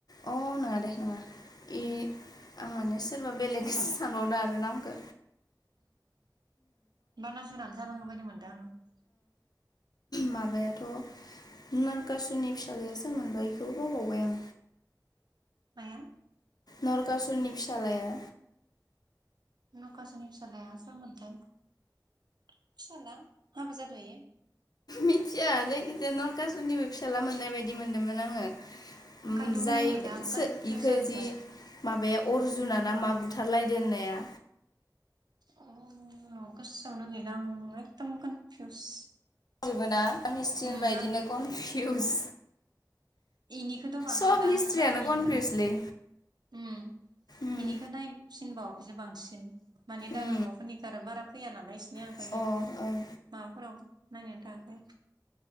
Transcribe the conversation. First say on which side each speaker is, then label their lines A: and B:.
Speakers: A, on the left; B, on the right.
A: अ नङा दे नङा ए आं माने सोरबा बेलेग सानबावदों आरो नामखो
B: बानासुरनानै जानांगौ बायदि मोनदों आङो, <inaudible>
A: माबायाथ' नरकासुनि फिसाज्लाया सोरमोनबा इखोबो बावबावबाय आं
B: माया
A: नरकासुरनि फिसालाया,
B: नरकासुरनि फिसालाया सोरमोनथाय, फिसाला हाबा जादो इयो,
A: मिथिया जायखिजाया नरकासुनिबो फिसााज्ला मोननाय बायदि मोनदोंमोन आङो, उम
B: ओंखायनोथ'
A: जाय
B: गोसोआव गैला आं
A: सो
B: कनफिउस
A: इखो
B: जाजोब्बाय
A: जि माबाया अर्जना ना मा बुथ बुथार लायदोंहोननाया,
B: अ गोसोआवनो गैला आं एकदम कनफिउस,
A: जोबोना <unintelligible>
B: उम
A: बायदिनो कनफिउस,
B: बेनिखौथ' बांसिन
A: सब
B: दा
A: हिस्ट्रियानो
B: आङो खारन इनिखौनो
A: कनफिउसलै
B: उम,
A: उम
B: बेनिखो नायफिनबावाखैसो बांसिन माने दान'बाफोरनिखौ
A: उम
B: आरो बारा फैया नालाय इसिनिया ओंखायनो
A: अ ओं
B: माबाफोराव नायनानै थाङाखै,